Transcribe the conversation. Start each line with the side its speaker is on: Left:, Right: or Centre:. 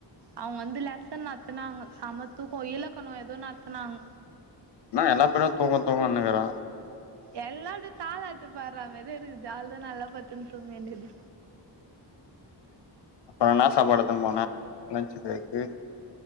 Right: அவுங்க வந்து லெசன் நத்துனாங்க செமத்தூக்கோ இலக்கணம் எதோ நத்துனாங்
Left: இன்னா எல்லா பிரிடு தூக்கோ தூக்கன்னுக்குற
Right: எல்லா அப்டியே தாலாட்டு பாட்ற மாரியேருக்குது அவ்ளதா நல்லா படுத்துன் தூங்க வேண்டியது
Left: அப்புற இன்னா சாப்பாடு எத்துன் போன லஞ்சு ப்ரேக்கு